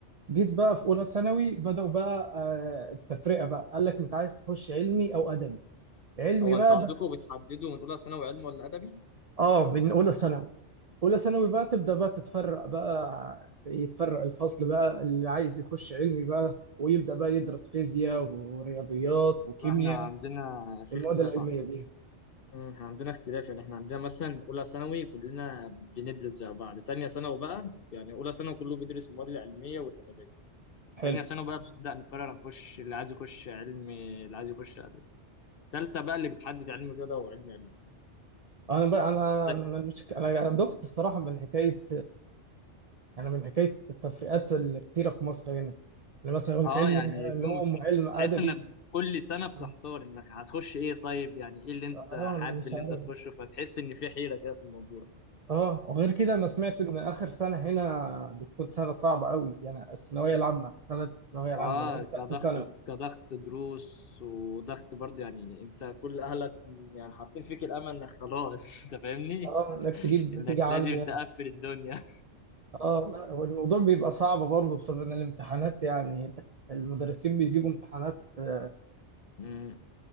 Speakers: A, on the right; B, on the left.
A: جيت بقى في أولى ثانوي بدأوا بقى آه، التفرقة بقى قال لك أنت عايز تخش علمي أو أدبي علمي
B: هو
A: بقى
B: انتوا عندكم
A: ده
B: بتحددوا من اولى ثانوي علم ولا ادبي؟
A: اه من اولى ثانوي اولى ثانوي بقى تبدا بقى تتفرق بقى يتفرق الفصل بقى اللي عايز يخش علمي بقى ويبدا بقى يدرس فيزياء ورياضيات وكيمياء
B: لا، احنا عندنا في
A: والمواد
B: اختلاف
A: العلميه
B: عندكم
A: دي
B: مم، احنا عندنا اختلاف يعني احنا عندنا مثلا اولى ثانوي كلنا بندرس زي بعض تانية ثانوي بقى يعني اولى ثانوي كله بيدرس المواد العلميه والادبيه
A: حلو
B: تانية ثانوي بقى بنبدا نقرر نخش اللي عايز يخش علم اللي عايز يخش ادبي تالتة بقى اللي بتحدد علم رياضه وعلم علوم
A: انا بقى انا
B: عندك
A: انا مش انا دخت الصراحه من حكايه انا من حكايه التفرقات الكتيره في مصر هنا يعني مثلا يقول لك
B: اه
A: علمي
B: يعني
A: علوم
B: فيهم في...
A: وعلم ادبي
B: تحس انك كل سنه بتحتار
A: اه
B: انك هتخش ايه طيب يعني ايه اللي انت
A: آه،
B: حابب
A: انا مش
B: اللي
A: عارف
B: انت تخشه فتحس ان في حيره كده في الموضوع
A: اه وغير كده انا سمعت ان اخر سنه هنا بتكون سنه صعبه قوي يعني الثانويه العامه سنه الثانويه العامه
B: اه
A: اللي هي
B: كضغط
A: ثالثه ثانوي
B: كضغط دروس وضغط برضه يعني انت كل اهلك يعني حاطين فيك الامل انك خلاص <laughs> انت فاهمني
A: اه انك تجيب
B: انك
A: نتيجه عاليه
B: لازم تقفل الدنيا
A: اه لا والموضوع بيبقى صعب برضه بسبب ان الامتحانات يعني المدرسين بيجيبوا امتحانات آه،
B: أمم.